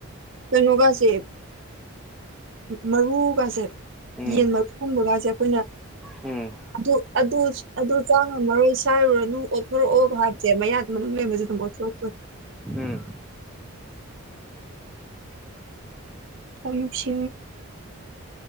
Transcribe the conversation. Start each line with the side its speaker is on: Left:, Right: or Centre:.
Right: ꯀꯩꯅꯣꯒꯁꯦ ꯃꯔꯨꯒꯁꯦ
Centre: ꯎꯝ
Right: ꯌꯦꯟ ꯃꯔꯨ ꯀꯨꯝꯕꯒꯁꯦ ꯑꯩꯈꯣꯏꯅ
Centre: ꯎꯝ
Right: ꯑꯗꯨ ꯑꯗꯨ ꯑꯗꯨ ꯆꯥ <unintelligible> ꯁꯥꯏꯔꯨꯔꯅꯨ ꯑꯣꯠꯊꯣꯔꯛꯑꯣꯒ ꯍꯥꯏꯕꯁꯦ ꯃꯌꯥꯗ ꯃꯅꯨꯡ ꯂꯩꯕꯁꯦ ꯑꯗꯨꯝ ꯑꯣꯠꯊꯣꯔꯛꯇꯣꯏ
Centre: ꯎꯝ
Right: ꯌꯥꯝ ꯅꯨꯡꯁꯤ